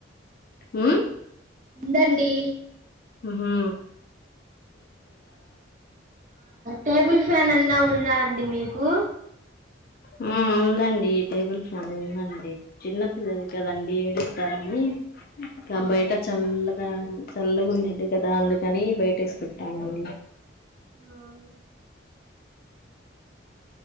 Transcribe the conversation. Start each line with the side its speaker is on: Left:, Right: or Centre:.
Left: ఉ
Right: ఉండండి
Left: ఉహు
Right: టేబుల్ ఫ్యాన్ అన్నా ఉందా అండి మీకు
Left: ఉందండి టేబుల్ ఫ్యాన్ ఉందండి చిన్న పిల్లలు కదండి ఏడు <unintelligible>
Right: ఆ
Left: బయట చల్లగ చల్లగ ఉండిది కదా అందుకని బయట వేసుకుంటామండి
Right: ఉ